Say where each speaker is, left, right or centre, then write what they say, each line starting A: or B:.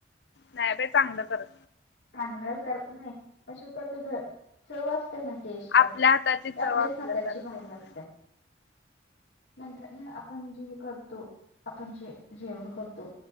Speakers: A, on the left (about 60°); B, on the left (about 75°).
A: नाही बाई चांगलं करत.
B: चांगलं करत नाही अस करत्यात. चव असतिया ना टेस्ट,
A: आपल्या
B: ती
A: हाताची
B: आपल्याच
A: चव आपल्या
B: हाताची
A: तरच
B: भारी
A: असते.
B: असतीया नंतर ना आपण जे करतो, आपण जे जेवण करतो.